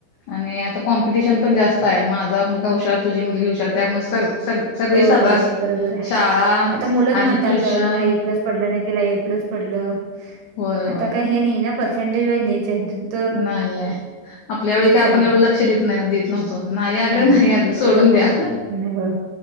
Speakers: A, on the left; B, on the right.
A: आणि आता कॉम्पिटिशन
B: तेच
A: पण जास्त
B: ना
A: हाय. माझा मुलगा हुशार, तुझी मुलगी हुशार त्यामुळे सग सगळी
B: होय,
A: सर्रास
B: होय, होय. बरोबर हाय.
A: शाळा
B: आता मुलं
A: आणि
B: म्हणतात
A: ट्युशन
B: मला ए प्लस पडल नाही. तिला ए प्लस पडलं.
A: होय होय
B: आता काय हे नाही ना पर्सेंटेज वाईस नाईच हाय हेचं.
A: नाही हाय. आपल्या वेळी काय
B: आहे
A: आपण एवढं लक्ष देत नाही देत नव्हतो नाही आलं-नाही
B: नाही
A: आलं सोडून
B: आता मुलं
A: द्या.
B: नाही हो.